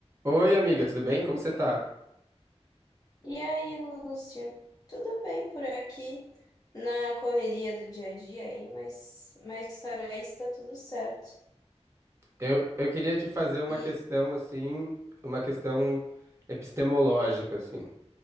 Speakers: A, on the right; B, on the left.
A: Oi, amiga, tudo bem? Como você tá?
B: E aí, Lúcia? Tudo bem por aqui na correria do dia a dia aí, mas, mas fora isso tá tudo certo.
A: Eu, eu queria te fazer uma
B: E,
A: questão assim, uma questão epistemológica assim. O